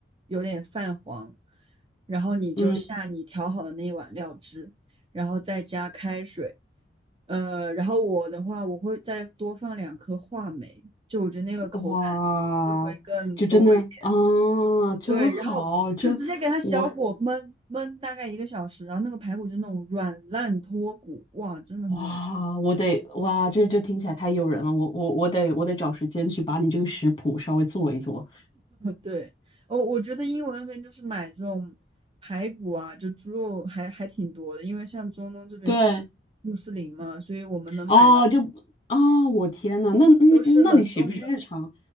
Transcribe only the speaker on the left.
嗯，
哇，
就真的啊，真好，
真我
哇，我得哇，这这听起来太诱人了，我我我得我得找时间去把你这个食谱稍微做一做。
对，
哦，就啊，我天呐，那嗯，
嗯那你岂不是日常？